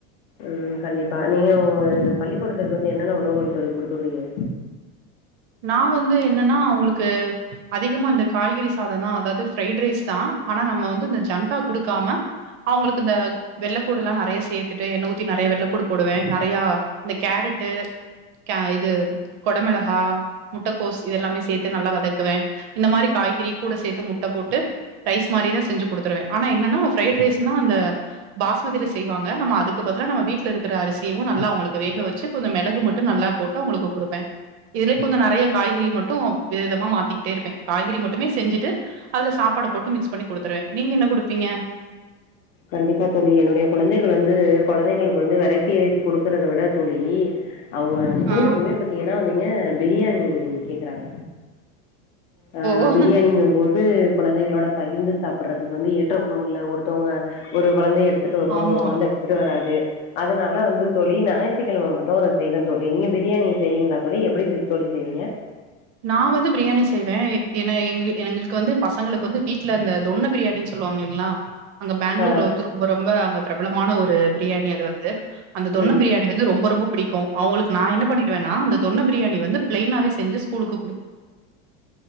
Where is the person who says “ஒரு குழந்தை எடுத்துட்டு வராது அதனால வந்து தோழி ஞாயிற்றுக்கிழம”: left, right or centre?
Left